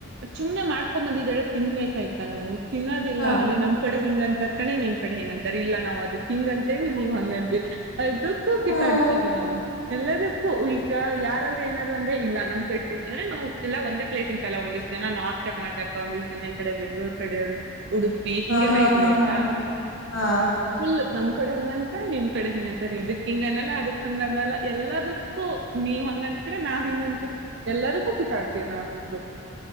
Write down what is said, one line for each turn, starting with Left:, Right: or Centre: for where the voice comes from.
Right: ಸುಮ್ನೆ ಮಾಡ್ಕೊಂಬಂದಿದಾಳೆ ತಿನ್ಬೇಕಾಯ್ತಾ ನಾವು ತಿನ್ನದಿಲ್ಲ
Left: ಹ
Right: ಅದು ನಮ್ ಕಡೆ ಹಿಂಗ ಅಂತರ್ ಕಣೆ ನಿಮ್ ಕಡೆ ಹ ಹೆಂಗ ಅಂತರ್ ಇಲ್ಲ ನಾ್ ಅದಕ್ಕೆ ನೀವ್ ಹಂಗ ಅಂತೀರಾ ಹ ಅದುಕ್ಕ ಕಿತಾಡ್ತೀವಿ
Left: ಹ್ಮ್
Right: ನಾವು ಎಲ್ಲದಕ್ಕೂ ಈಗ ಯಾರಾದ್ರು ಏನಾರರು ಅಂದ್ರೆ ಇಲ್ಲ ನಮ್ ಕಡೆ ಅಂದ್ರೆ ನಾವು ಎಲ್ಲಾ ಒಂದೇ ಪ್ಲೇಸ್ ಇಂತಲ್ಲ ಒಂದಿಷ್ಟು ಜನ ನಾರ್ತ್ ಕರ್ನಾಟಕ ಒಂದಿಷ್ಟು ಜನ ಈ ಕಡೆ ಬೆಂಗ್ಗಳೂರ್ ಕಡೆಯವ್ರು ಉಡುಪಿ ಹಿಂಗೆಲ್ಲಾ
Left: ಹ ಹಾ
Right: ಇದೀವಿ
Left: ಹಾ
Right: ಆಯ್ತಾ
Left: ಹಾ ಹಾ
Right: ಫುಲ್ <unintelligible> ್ ಕಡೆ ಹಂಗಂತರ ನಿಮ್ ಕಡೆ ಹಿಂಗಂತರಿ ಇದಕ್ ಹಿಂಗ ಅನಲ್ಲ ಅದಕ್ ಹಂಗ ಅನಲ್ಲ ಎಲ್ಲದಕ್ಕೂ ನೀವ್ ಹಂಗಂತೀರ ನಾ ಹಿಂಗ ಅಂತೀರಿ ಎಲ್ಲದಕ್ಕೂ ಕಿತಾಡ್ತೀವಿ ನಾವಂತೂ